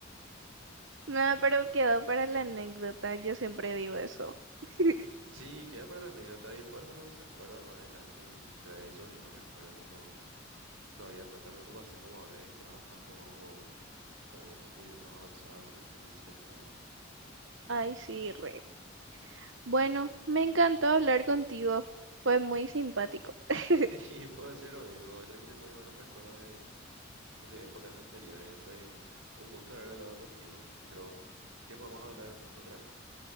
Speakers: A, on the right; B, on the right.
A: Nada, pero quedó para la anécdota. Yo siempre digo eso. <laughs>
B: Sí, queda para la anécdota y después uno se acuerda más adelante y, y trae esos viejos recuerdos de cuando No había tanta preocupación como ahora que hay trabajos o, o estudios más avanzados, más difíciles, todo.
A: Ay, sí, re. Bueno, me encantó hablar contigo. Fue muy simpático. <laughs>
B: <laughs> Y puedo decir lo mismo, me trajiste muy buenos recuerdos de, de épocas anteriores. Fue un gusto haber hablado contigo. Pero que podamos hablar pronto otra vez.